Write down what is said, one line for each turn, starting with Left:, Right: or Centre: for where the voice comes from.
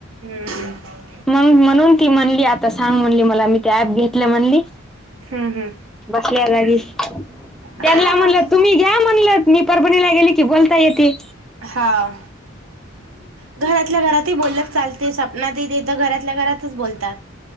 Right: हम् हम्.
Centre: मग म्हणून ती म्हणली, आता सांग म्हणली मला, मी ते ऍप घेतलं म्हणली.
Right: हम्म हम्म.
Centre: बसल्या जागी, त्यांना
Right: हम्म
Centre: म्हणल तुम्ही घ्या म्हणल, मी परभणी ला गेली की बोलता येेते.
Right: हा. घरातल्या घरातही बोलत चालते, सपना देत तर घरातल्या घरातच बोलतात.